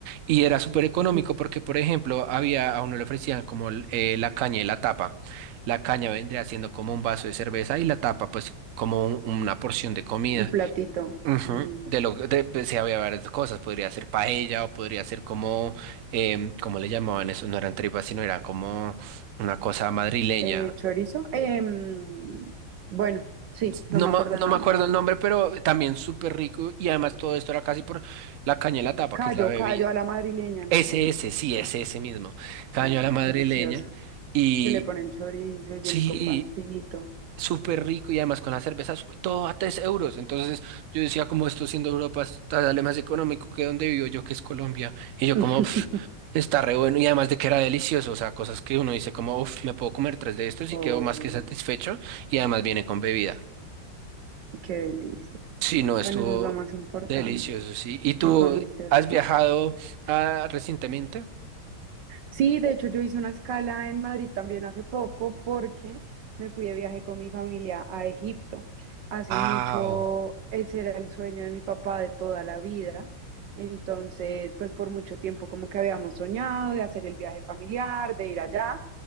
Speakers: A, on the right; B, on the right.
A: Y era súper económico
B: <laughs> Ujú.
A: porque, por ejemplo, había, a uno le ofrecían como el- eh, la caña y la tapa. La caña vendría siendo como un vaso de cerveza y la tapa, pues, como un- una porción de comida.
B: Un platito.
A: Ujú,
B: mm,
A: De lo de, pues, sí, había varias cosas, podría ser paella o podría ser como, em, ¿cómo le llamaban eso? No eran tripas, sino eran como una cosa madrileña,
B: eh, chorizo. em, bueno, sí,
A: No,
B: no me
A: ma-
B: acuerdo el
A: no
B: nombre.
A: me acuerdo el nombre, pero también súper rico y además todo esto era casi por la caña de la tapa,
B: Callo,
A: que es la bebida.
B: callo a la madrileña, ¿no
A: SS,
B: es?
A: sí, es ese mismo. Caña
B: Eh,
A: a la
B: delicioso.
A: madrileña. Y
B: Que le ponen chorizo y viene
A: sí,
B: con pancito.
A: súper rico y además con las cervezas todo a 3 euros. Entonces yo decía, como esto siendo Europa, está- sale más económico que donde vivo yo, que es Colombia. Y yo
B: <laughs>
A: como, "Pf, está re bueno. Y además de que era delicioso, o sea, cosas que uno dice como, uff, me puedo comer tres de estos
B: Obvio,
A: y quedo más que satisfecho. Y además viene con bebida.
B: qué delicia.
A: Sí, no, estuvo
B: Bueno, eso es lo más importante.
A: delicioso, sí. ¿Y tú
B: Que comiste
A: has
B: rico.
A: viajado ah, recientemente?
B: Sí, de hecho yo hice una escala en Madrid también hace poco porque me fui de viaje con mi familia a Egipto. Hace
A: ¡Wow!
B: mucho, ese era el sueño de mi papá de toda la vida. Entonces, pues por mucho tiempo como que habíamos soñado de hacer el viaje familiar, de ir allá.